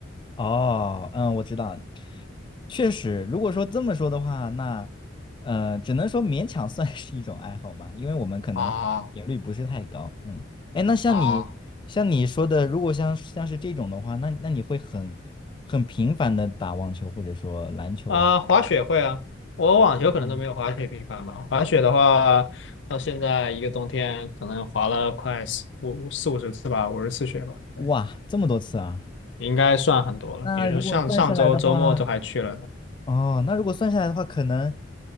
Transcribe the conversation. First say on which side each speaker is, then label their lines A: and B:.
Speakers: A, on the left (about 25°); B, on the left (about 65°).
A: 哦，嗯，我知道，确实，如果说这么说的话，那，呃，只能说勉强算是一种爱好吧，因为我们可能频率不是太高，
B: 啊
A: 嗯，哎，那像你，
B: 啊
A: 像你说的，如果像像是这种的话，那那你会很很频繁的打网球或者说篮球啊？
B: 啊！滑雪会啊，我网球可能都没有滑雪频繁吧。
A: 嗯
B: 滑雪的话，到现在一个冬天可能滑了快四五四五十次吧，五十次雪吧，对，
A: 哇，这么多次啊！
B: 应该算很多了。
A: 那如果算下来的话，
B: 比如说像上周周末都还去了的，
A: 哦，那如果算下来的话，可能